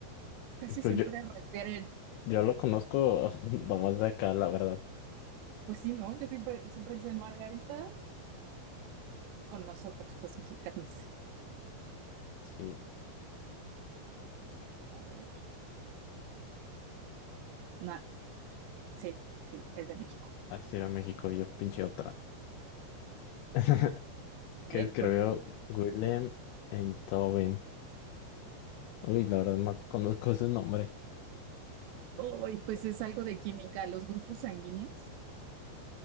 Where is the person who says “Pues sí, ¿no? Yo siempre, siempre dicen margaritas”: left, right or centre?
Right